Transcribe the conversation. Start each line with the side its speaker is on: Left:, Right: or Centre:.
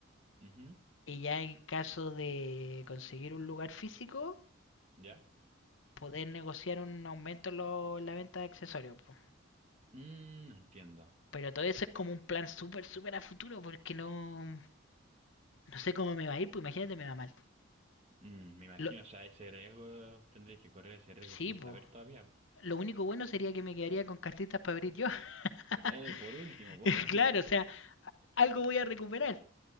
Right: Ujú.
Left: Y ya en caso de conseguir un lugar físico,
Right: ¿Ya?
Left: poder negociar un aumento en lo- en la venta de accesorios. po.
Right: Mm, entiendo.
Left: Pero todo eso es como un plan súper, súper a futuro, porque no, no sé cómo me va a ir, pues imagínate, me va mal.
Right: Mm, me imagino,
Left: Lo,
Right: o sea, ese riesgo, tendréis que correr ese riesgo
Left: sí,
Right: sin
Left: pues.
Right: saber todavía, po.
Left: Lo único bueno sería que me quedaría con cartitas para abrir yo. <laughs>
Right: Eh, por último, po. <laughs>
Left: Claro, o sea, algo voy a recuperar.